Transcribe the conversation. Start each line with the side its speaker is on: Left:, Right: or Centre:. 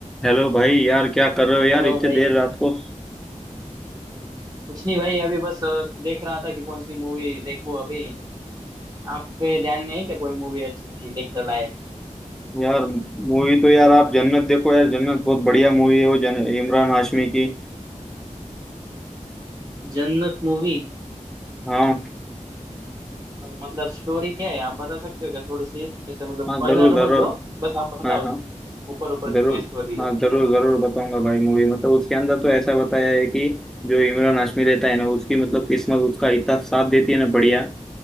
Centre: Hello भाई यार क्या कर रहे हो यार
Right: Hello
Centre: इतने
Right: भाई
Centre: देर रात को
Right: कुछ नहीं भाई अभी बस अ, देख रहा था कि कौन सी मूवी देखूं अभी आपके ध्यान में है क्या कोई मूवी अच्छी सी देखने लायक
Centre: यार मूवी तो यार आप जन्नत देखो यार जन्नत बहुत बढ़िया मूवी है वो जन इमरान हाशमी की
Right: जन्नत मूवी
Centre: हाँ
Right: मतलब स्टोरी क्या है आप बता सकते हो क्या थोड़ी सी जैसे मतलब स्पॉइलर
Centre: हाँ जरूर जरूर
Right: मत दो बस आप बताओ
Centre: हाँ हाँ
Right: ऊपर ऊपर से
Centre: जरूर
Right: क्या स्टोरी
Centre: हाँ
Right: है
Centre: जरूर जरूर बताऊंगा भाई मूवी मतलब उसके अंदर तो ऐसा बताया है कि जो इमरान हाशमी रहता है ना उसकी मतलब किस्मत उसका इतना साथ देती है ना बढ़िया